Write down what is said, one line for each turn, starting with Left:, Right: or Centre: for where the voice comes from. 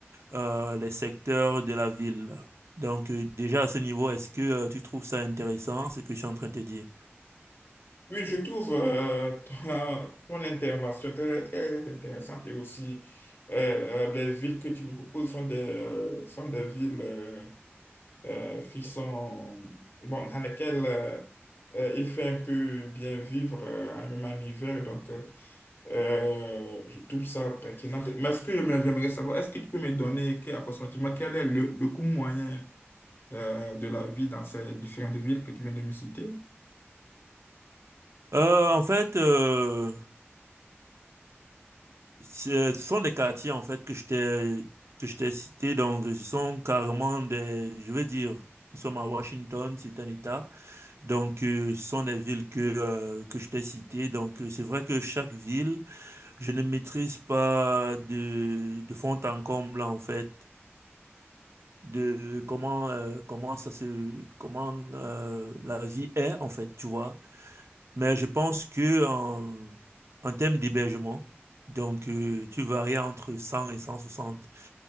Right: euh, les secteurs de la ville. Donc euh, déjà à ce niveau, est-ce que euh, tu trouves ça intéressant, ce que je suis en train de te dire?
Left: Oui, je trouve euh, ton, ton intervention très, très intéressante et aussi euh, euh, les villes que tu me proposes sont des, euh, sont des villes euh, euh, qui sont, bon, dans lesquelles euh, euh, il fait un peu bien vivre, euh, même en hiver. Donc, euh, euh, je trouve ça pertinent. Mais ce que j'aimerais j'aimerais savoir, est-ce que tu peux me donner que- approximativement quel est le, le coût moyen euh, de la vie dans ces différentes villes que tu viens de me citer?
Right: Euh, en fait... euh, Ce sont des quartiers en fait que je t'ai que je t'ai cités, donc ce sont carrément des, je veux dire, nous sommes à Washington, c'est un État, donc euh, ce sont des villes que euh, que je t'ai citées, donc euh, c'est vrai que chaque ville, je ne maîtrise pas de de fond en comble en fait de comment euh, comment ça se comment euh, la vie est en fait, tu vois. Mais je pense que en, en termes d'hébergement, donc euh, tu varies entre 100 et 160